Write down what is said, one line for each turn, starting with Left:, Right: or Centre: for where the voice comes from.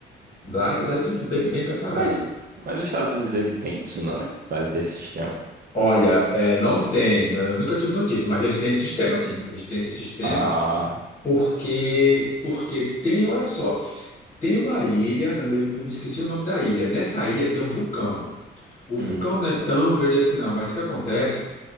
Left: Lá, é- lá é tudo bem, bem preparado.
Right: Mas, mas os Estados Unidos, ele tem tsunami, pra ele ter esse sistema.
Left: Olha, é, não tem, eu nunca tive notícia, mas eles têm esse sistema, sim. Eles têm esse sistema
Right: Ah,
Left: porque, porque tem, olha só, tem uma ilha, eu, eu me esqueci o nome da ilha. Nessa ilha tem um vulcão. O vulcão
Right: hum,
Left: não é tão grande assim, não, mas o que acontece?